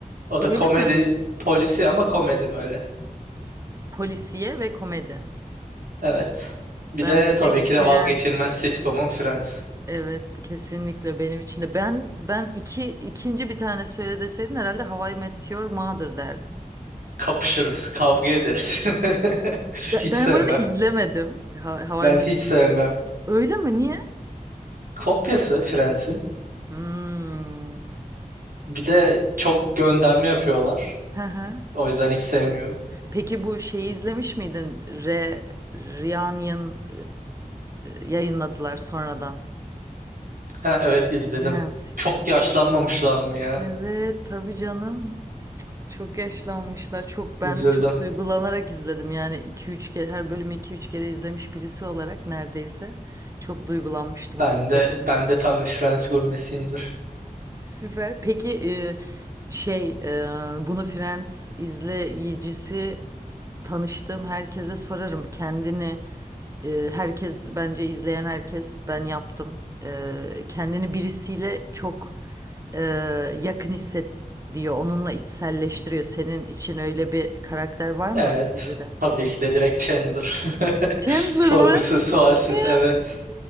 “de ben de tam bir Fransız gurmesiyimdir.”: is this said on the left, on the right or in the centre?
Right